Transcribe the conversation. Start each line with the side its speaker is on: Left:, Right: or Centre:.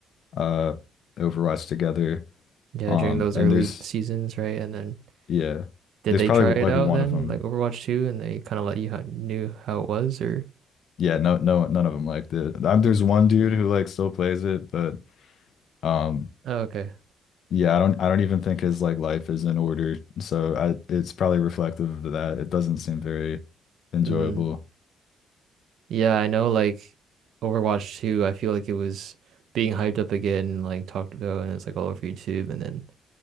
Left: uh Overwatch together.
Right: Yeah,
Left: Um,
Right: during those
Left: and
Right: early
Left: there's
Right: seasons, right? And then
Left: yeah,
Right: did
Left: there's
Right: they
Left: probably
Right: try it
Left: like
Right: out
Left: one
Right: then,
Left: of them.
Right: like Overwatch 2, and they kind of let you ho knew how it was, or?
Left: Yeah, no, no, none of them liked it. Um, there's one dude who like still plays it, but um,
Right: Oh, okay.
Left: yeah, I don't, I don't even think his like life is in order. So I, it's probably reflective of that. It doesn't seem very enjoyable.
Right: Mm. Yeah, I know, like Overwatch 2, I feel like it was being hyped up again, like talked about, and it's like all over YouTube. And then